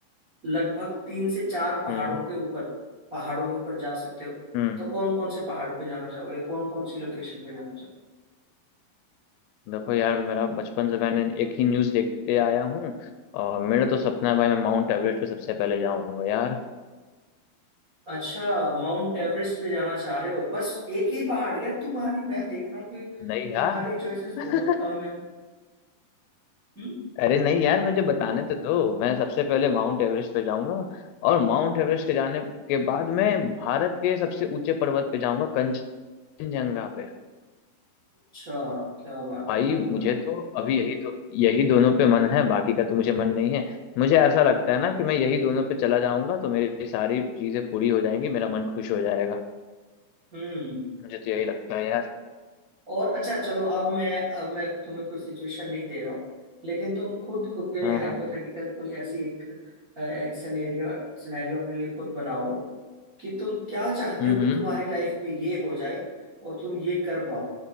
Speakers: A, on the right (about 60°); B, on the left (about 85°).
A: लगभग तीन से चार पहाड़ों
B: हम्म
A: के ऊपर पहाड़ों के ऊपर जा सकते हो
B: हम्म
A: तो कौन कौन से पहाड़ पे जाना चाहोगे कौन कौन सी लोकेशन पे जाना
B: देखो यार मेरा बचपन से मैंने एक ही न्यूज़ देखते आया हूँ और मेरा तो सपना है भाई मैं माउंट एवरेस्ट पे सबसे पहले जाऊंगा यार
A: अच्छा माउंट एवरेस्ट पे जाना चाह रहे हो बस एक ही पहाड़ यार तुम्हारी मैं देख रहा हूँ कि
B: नहीं
A: तुम्हारे
B: यार
A: चॉइसेस
B: <laughs>
A: बहुत कम है हम्म
B: अरे नहीं यार मुझे बताने तो दो मैं सबसे पहले माउंट एवरेस्ट पे जाऊंगा और माउंट एवरेस्ट के जाने के बाद मैं भारत के सबसे ऊंचे पर्वत पे जाऊंगा कंचनजंगा पे
A: अच्छा क्या बात
B: भाई
A: है क्या बात
B: मुझे तो अभी यही दो यही दोनों पे मन है बाकी का तो मुझे मन नहीं है मुझे ऐसा लगता है ना कि मैं यही दोनों पे चला जाऊंगा तो मेरी सारी चीजें पूरी हो जाएंगी मेरा मन खुश हो जाएगा
A: हम्म
B: मुझे तो यही लगता है यार
A: और अच्छा चलो अब मैं अब मैं तुम्हें कोई सिचुएशन नहीं दे रहा हूँ लेकिन तुम खुद खुद के लिए
B: हाँ
A: हाइपोथेटिकल
B: हाँ
A: कोई ऐसी एक अ, एक सिनेरियो सिनेरियो अपने लिए खुद बनाओ कि तुम क्या चाहते
B: हम्म
A: हो कि
B: हम्म
A: तुम्हारी लाइफ में ये हो जाए और तुम ये कर पाओ